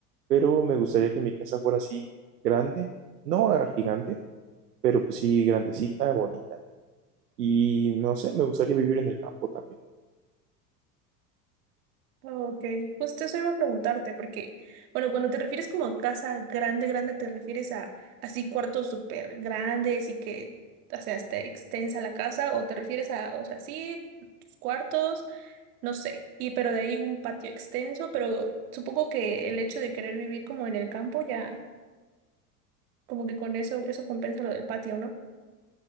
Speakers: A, on the right; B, on the right.
A: pero me gustaría que mi casa fuera así grande, no ah, gigante, pero pues sí grandecita, bonita. Y no sé, me gustaría vivir en el campo también.
B: Ok, justo eso iba a preguntarte, porque, bueno, cuando te refieres como a casa grande, grande, te refieres a así cuartos súper grandes y que, o sea, esté extensa la casa, o te refieres a, o sea, sí, tus cuartos. no sé, y pero de ahí un patio extenso, pero supongo que el hecho de querer vivir como en el campo ya, como que con eso, eso compensa lo del patio, ¿no?